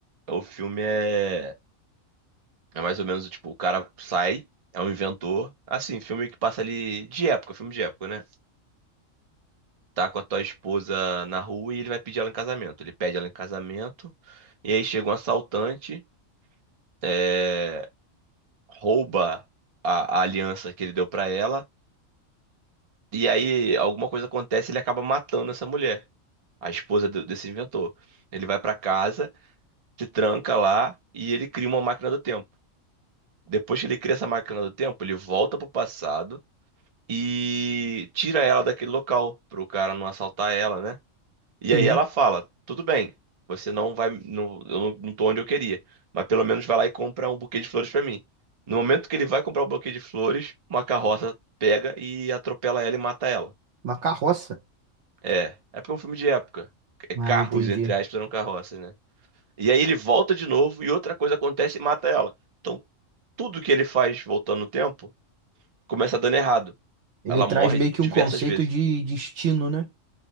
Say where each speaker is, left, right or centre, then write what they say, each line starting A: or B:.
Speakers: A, on the right; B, on the right.
A: O filme é, é mais ou menos tipo, o cara sai, é um inventor. Assim, filme que passa ali de época, filme de época, né? Tá com a tua esposa na rua e ele vai pedir ela em casamento. Ele pede ela em casamento, e aí chega um assaltante, é, rouba a, a aliança que ele deu pra ela, e aí alguma coisa acontece e ele acaba matando essa mulher, a esposa do- desse inventor. Ele vai pra casa. se tranca lá e ele cria uma máquina do tempo. Depois que ele cria essa máquina do tempo, ele volta pro passado e tira ela daquele local, pro cara não assaltar ela, né? E
B: Sim.
A: aí ela fala: "Tudo bem, você não vai, não, eu não, não tô onde eu queria, mas pelo menos vai lá e compra um buquê de flores pra mim." No momento que ele vai comprar o buquê de flores, uma carroça pega e atropela ela e mata ela.
B: Uma carroça.
A: É, é porque é um filme de época. É Carros,
B: Ah, entendi.
A: entre aspas, eram carroças, né? E aí ele volta de novo e outra coisa acontece e mata ela. Então, tudo que ele faz voltando no tempo começa dando errado.
B: Ele
A: Ela
B: traz
A: morre
B: meio que
A: diversas
B: um conceito
A: vezes.
B: de destino, né?